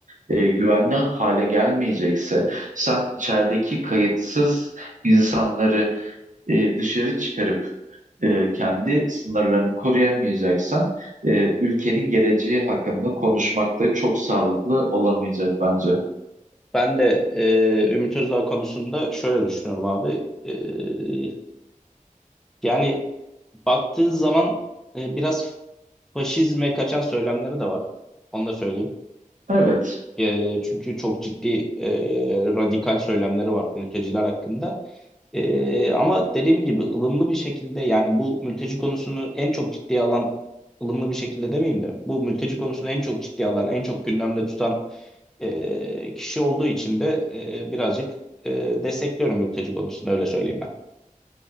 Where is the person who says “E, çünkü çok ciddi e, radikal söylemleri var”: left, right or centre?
Centre